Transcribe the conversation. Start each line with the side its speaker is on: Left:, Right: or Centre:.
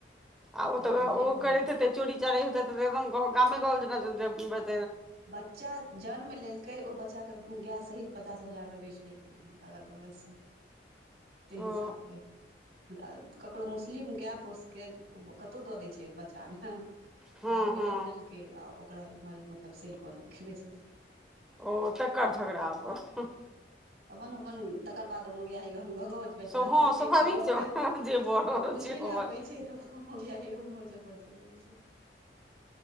Centre: आ ओ तऽ
Right: अन्दरे रहू
Centre: कैरतै। ते चोरी चारी हेतै तऽ एवम गामे घर जेना दैबमैथ।
Right: बच्चा जन्म लेल। कै ओ बच्चा के गेय सहीत पचासो हजार मे बेच लेलकै हेँ अगल बगल से। तेै हिसाब
Centre: ओ
Right: के। आ ककरो मुस्लिम गेय पोसके कतौ दऽ दैय छै बच्चा। एय
Centre: हँ
Right: रैत-बिरात
Centre: हँ
Right: देलकै आ ओकरा इम्हर मतलब सेल कऽ लेलकै बेच लेलकै।
Centre: ओ तकर झगड़ा अप
Right: अपन अपन तकर बाद ओ मौगिआही घों -घोंघ आउज। बेचलक
Centre: सभ हँ
Right: कोय
Centre: स्वाभाविक
Right: पोलक
Centre: छै
Right: कोय
Centre: जे भऽ रहल
Right: ओ पूछैय
Centre: छै हमर
Right: ले आबै छै तखन मोगिआही घोंघाउज अपन चलू <unintelligible>